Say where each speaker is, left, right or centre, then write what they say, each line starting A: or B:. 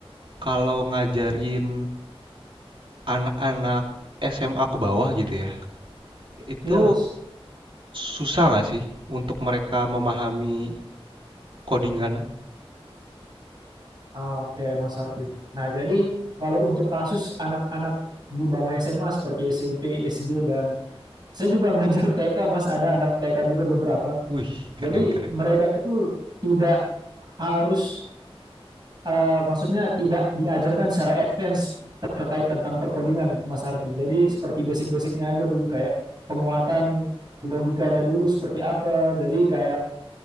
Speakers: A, on the right (about 60°); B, on the right (about 45°).
A: kalau ngajarin anak-anak SMA ke bawah gitu ya, itu
B: Iya, Mas.
A: susah nggak sih untuk mereka memahami codingan?
B: Ah, oke, Mas Harfi. Nah, jadi kalau untuk kasus anak-anak di bawah SMA seperti SMP, SD, dan saya juga <laughs> ngajar TK, Mas. Ada anak TK juga beberapa.
A: Wih, keren
B: Jadi
A: keren.
B: mereka itu tidak harus, eh, maksudnya tidak diajarkan secara advance terkait tentang perkodingan, Mas Harfi. Jadi seperti basic-basicnya aja dulu, kayak penguatan logikanya dulu seperti apa. Jadi kayak